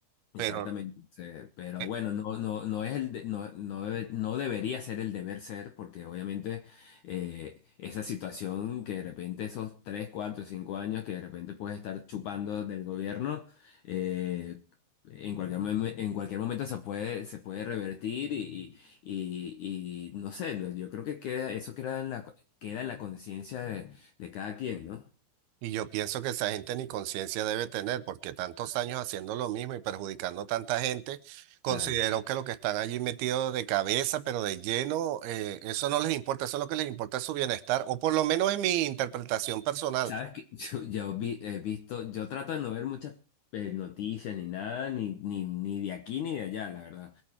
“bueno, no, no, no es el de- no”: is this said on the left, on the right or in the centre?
Left